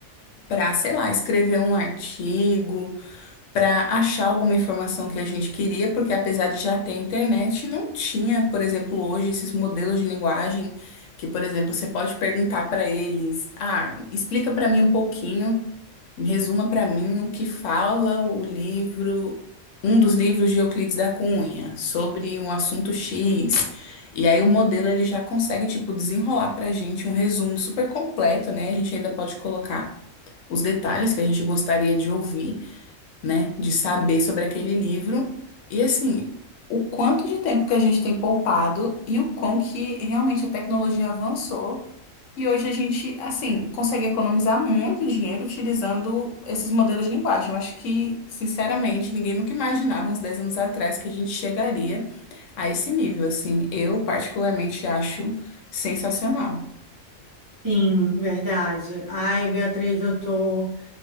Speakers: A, on the left; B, on the right.
A: para, sei lá, escrever um artigo para achar alguma informação que a gente queria, porque apesar de já ter internet, não tinha, por exemplo, hoje esses modelos de linguagem que, por exemplo, você pode perguntar para eles: "Ah, explica para mim um pouquinho, resuma para mim o que fala o livro, um dos livros de Euclides da Cunha, sobre um assunto X". E aí o modelo ele já consegue tipo desenrolar para a gente um resumo super completo, né? A gente ainda pode colocar os detalhes que a gente gostaria de ouvir né? De saber sobre aquele livro. E assim, o quanto de tempo que a gente tem poupado e o quão que realmente a tecnologia avançou. E hoje a gente, assim, consegue economizar muito dinheiro utilizando esses modelos de linguagem. Eu acho que, sinceramente, ninguém nunca imaginava uns 10 anos atrás que a gente chegaria a esse nível, assim. Eu, particularmente, acho sensacional.
B: Sim, verdade. Ai, Beatriz, eu tô,